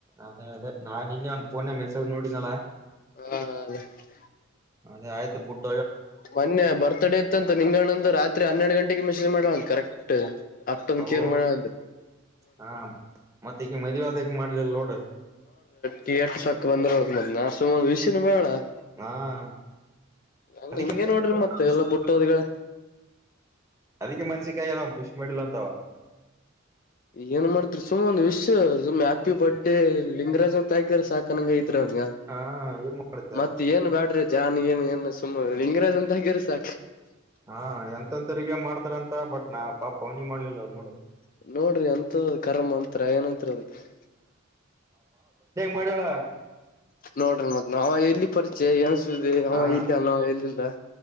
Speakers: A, on the right; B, on the left.
A: ಅದೇ ಅದೇ ನಾ ನಿನ್ನೆ ಒಂದ್ ಫೋನ್ ಮೆಸೇಜ್ ನೋಡಿನಲ್ಲ
B: ಹಾ, ಹಾ! <unintelligible>
A: ಅದೇ, ಆಯ್ತು, ಬುಟ್ಟು. <unintelligible>
B: ಮೊನ್ನೆ, ಬರ್ತ್ಡೇ, ಇತ್ಯಂತೇ! ನಿಂಗಣಂದು ರಾತ್ರಿ ಹನ್ನೆರಡು ಗಂಟೆಗೆ ಮೆಸೇಜ್ ಮಾಡೋಳಂತೆ, ಕರೆಕ್ಟ್. <unintelligible> ಆಕ್ಟ್ ಟು
A: ಅವು
B: ಕೇರ್, ಮಾಡಲಾಂತೆ. <unintelligible>
A: ಹಾ, ಮತ್ತ ಈಗ ಮದುವೆಯಾದಕ್ ಮಾಡಿಲ್ಲ ನೋಡು. <unintelligible>
B: ಟೀ, ಆಫೀಸ್ ಗೆ ಬಂದಿರೋದು, ನನ್ನ, ಹಾಸು, ವಿಷಯ ನೋಡನ್ನ. <unintelligible>
A: ಹಾ. <inaudible>
B: ಹಂಗ
A: ಅದಕ್ಕೆ,
B: ಹಿಂಗೆ
A: ಮ,
B: ನೋಡ್ರಿ ಮತ್ ಎಲ್ಲಾ ಬುಟ್ಟೋದ್ಗಳ
A: ಅದಿಕ್ಕೆ, ಮೆಣಸಿನಕಾಯಿ, ಎನ್ನೋ? <unintelligible> ವಿಶ್ ಮಾಡಿಲ್ಲ ಅಂತ. <inaudible>
B: ಏನ್ ಮಾಡತರು ಸುಮ್! ಒಂದ್, ವಿಷ್ ಸುಮ್ ಹ್ಯಾಪಿ, ಬರ್ಡೇ! ಲಿಂಗರಾಜ್ ಅಂತ ಹಾಕ್ರ ಸಾಕು. <unintelligible> ಕಣ್ಣಿಗೆ ಹೋಗ್ತೀರಾ ಅಲ್ವಾ!
A: ಹಾ ಏನ್ ಮಾಡುತ್ತೆ
B: ಮತ್
A: ಅದು
B: ಏನ್ ಬ್ಯಾಡ್ರಿ? <unintelligible> ಜನ್ ಏನ್ ಏನು ಸುಮ್ಮ ಲಿಂಗರಾಜ್ ಅಂತ ಹಾಕಿದ್ರೆ ಸಾಕು. <unintelligible>
A: ಹಾ, ಎಂತ ಎಂಥವರಿಗೆ, ಮಾಡ್ತಾರಂತೆ! ಬಟ್ ನಾ? ಪಾಪ, ಅವನಿ ಮಾಡ್ಲಿಲ್ಲ ಅ ನೋಡು. <unintelligible>
B: ಹಾ, ನೋಡ್ರಿ ಅಂತವು! ಕರಾಮು, ಅನುತ್ತೀರ, ಏನಂತರೆ, ಅದಕ್. <inaudible>
A: ಮಾಡ್ಲಿಲ್ಲ. <unintelligible>
B: ನೋಡ್ರಿ ನಾವೆಲ್ಲಿ ಪರಿಚಯ, ಏನ್ ಸುದ್ದಿ ಅವಹೇಳಿ,
A: ಹಾ
B: ಹೇಳಲಿಲ್ಲ. <unintelligible>